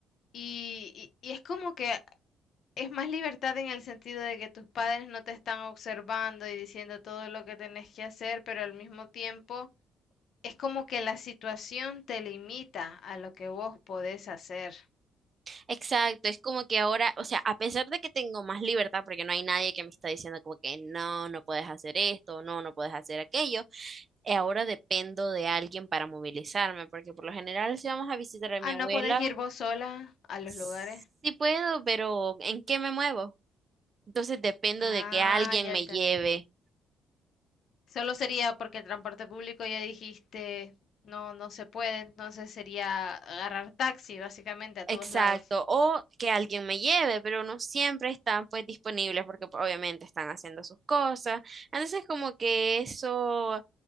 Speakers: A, on the left; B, on the right.
A: Y, y- y es como que es más libertad en el sentido de que tus padres no te están observando y diciendo todo lo que tenés que hacer, pero al mismo tiempo es como que la situación te limita a lo que vos podés hacer.
B: Exacto, es como que ahora, o sea, a pesar de que tengo más libertad, porque no hay nadie que me está diciendo como que no, no puedes hacer esto, no, no puedes hacer aquello, eh, ahora dependo de alguien para movilizarme, porque por lo general si vamos a visitar a
A: Ah,
B: mi abuela,
A: ¿no podés ir vos sola a los
B: sí
A: lugares?
B: puedo, pero ¿en qué me muevo? Entonces dependo
A: Ah,
B: de que alguien
A: ya
B: me
A: entendí.
B: lleve,
A: Solo sería porque el transporte público ya dijiste no, no se puede, entonces sería agarrar taxi básicamente a todos
B: exacto,
A: lados.
B: o que alguien me lleve, pero no siempre están pues disponibles porque pues, obviamente están haciendo sus cosas. Entonces como que eso